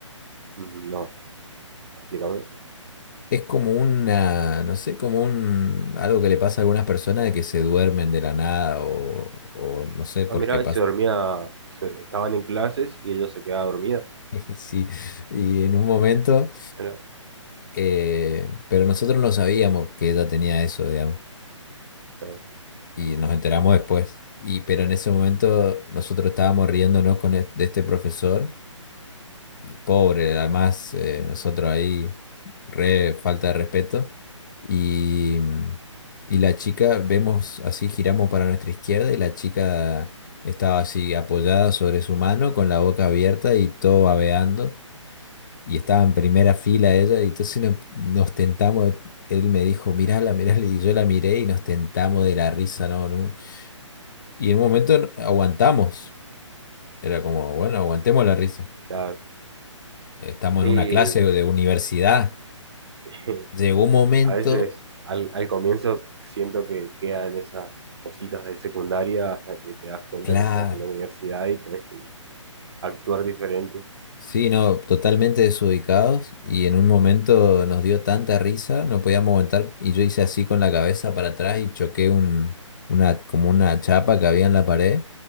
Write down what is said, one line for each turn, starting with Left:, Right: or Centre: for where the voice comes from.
Right: Mm, No, explícame.
Left: Es como una, no sé, como un, algo que le pasa a algunas personas de que se duermen de la nada o, o no sé por
Right: Ah, mirá,
Left: qué
Right: y se dormía, se- estaban en clases y ella se quedaba dormida.
Left: <laughs> Sí, y en un momento,
Right: Mirá,
Left: eh, pero nosotros no sabíamos que ella tenía eso, digamos,
Right: claro,
Left: y nos enteramos después. Y, pero en ese momento nosotros estábamos riéndonos con e- de este profesor, pobre, además eh, nosotros ahí, re falta de respeto, y, y la chica, vemos así, giramos para nuestra izquierda y la chica estaba así apoyada sobre su mano con la boca abierta y todo babeando. y estaba en primera fila ella, y entonces no- nos tentamos, él me dijo, mirala, mirala, y yo la miré y nos tentamos de la risa, ¿no? no". Y en un momento no- aguantamos, era como, bueno, aguantemos la risa,
Right: claro.
Left: estamos
Right: Y
Left: en una clase de universidad,
Right: <laughs>
Left: llegó un momento,
Right: a veces al, al comienzo siento que quedan esas cositas de secundaria hasta que te das cuenta
Left: claro.
Right: que estás en la universidad y tenés que actuar diferente.
Left: Sí, no, totalmente desubicados y en un momento nos dio tanta risa, no podíamos aguantar y yo hice así con la cabeza para atrás y choqué un, una, como una chapa que había en la pared,